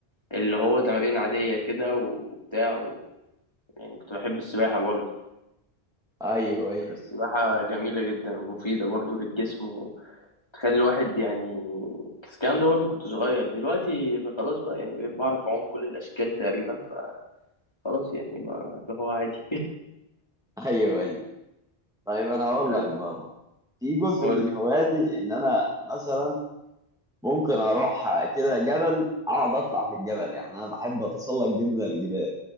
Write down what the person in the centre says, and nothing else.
ايوه ايوه
ايوه ايوه طيب انا
هقول
لك برضه في جزء
من
هواياتي ان انا مثلا ممكن اروح كده جبل اقعد اطلع في الجبل يعني انا بحب اتسلق جدا الجبال